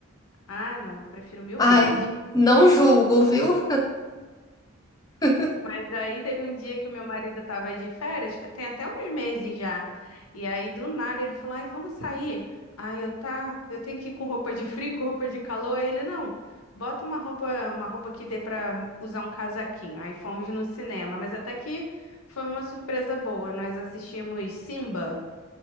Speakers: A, on the left; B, on the left.
A: Ah, não, prefiro mil
B: Ai,
A: vezes.
B: não julgo, viu? <laughs>
A: Mas daí teve um dia que o meu marido tava de férias, fe- tem até uns meses já. E aí do nada ele falou: "Ai, vamos sair". Aí eu tá, eu tenho que ir com roupa de frio, com roupa de calor. Aí ele não. Bota uma roupa, uma roupa que dê pra usar um casaquinho. Aí fomos no cinema, mas até que foi uma surpresa boa. Nós assistimos Simba.